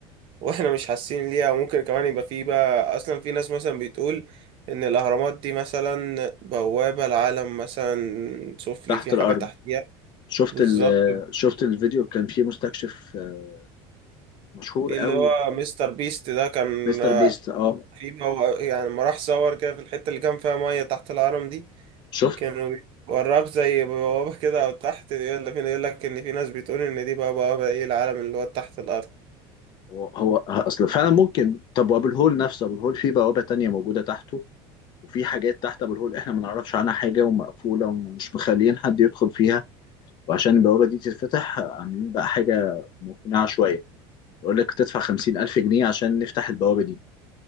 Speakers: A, on the right; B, on the left.
A: واحنا مش حاسين ليها وممكن كمان يبقى في بقى اصلا في ناس مثلا بتقول ان الاهرامات دي مثلا بوابة العالم مثلا سفلي
B: تحت
A: في
B: الأرض
A: حاجة تحتيها
B: شفت
A: بالظبط
B: ال شفت الفيديو كان فيه مستكشف آه، مشهور
A: في
B: قوي
A: اللي هو مستر بيست ده كان
B: مستر
A: آه،
B: بيست أه
A: في بو... يعني لما راح صور كده في الحتة اللي كان فيها مية تحت الهرم دي
B: شفت
A: كانوا وراك زي بوابة كده او تحت يقول فينا يقول لك ان في ناس بتقول ان دي بقى بوابة ايه العالم اللي هو تحت الارض
B: هو هو أصل فعلا ممكن طب وأبو الهول نفسه أبو الهول فيه بوابة تانية موجودة تحته وفي حاجات تحت أبو الهول إحنا ما نعرفش عنها حاجة ومقفولة ومش مخليين حد يدخل فيها وعشان البوابة دي تتفتح عاملين بقى حاجة مقنعة شوية يقول لك تدفع 50000 جنيه عشان نفتح البوابة دي